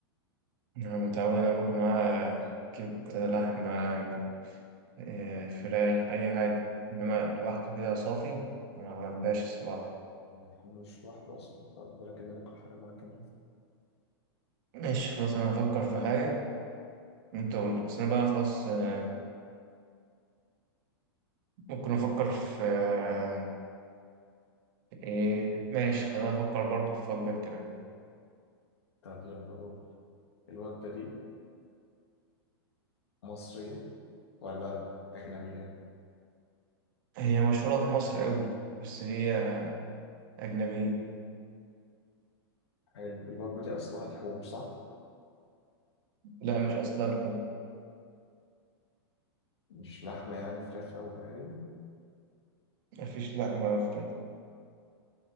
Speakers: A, on the right; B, on the left.
A: أنا متعود أنا باكل معاه كبدة لحمة آه، فراخ أي حاجة إنما لوحده كده صافي ما عندهاش الصراحة
B: أنا ما بتحملوش لوحده أصلا بالك إن أنا آكل حاجة معاه كمان
A: ماشي خلاص أنا هفكر في حاجة أنت قول بس أنا بقى خلاص أنا ممكن أفكر في آه، إيه ماشي خلينا نفكر برضو في وجبة كمان
B: طب يلا قول الوجبة دي مصرية ولا أجنبية؟
A: هي مشهورة في مصر قوي بس هي أجنبية
B: حلو الوجبة دي أصلها لحوم صح؟
A: لا مش أصلها لحوم
B: مش لحمة يعني فراخ أو بحري
A: مفيش لحمة ولا فراخ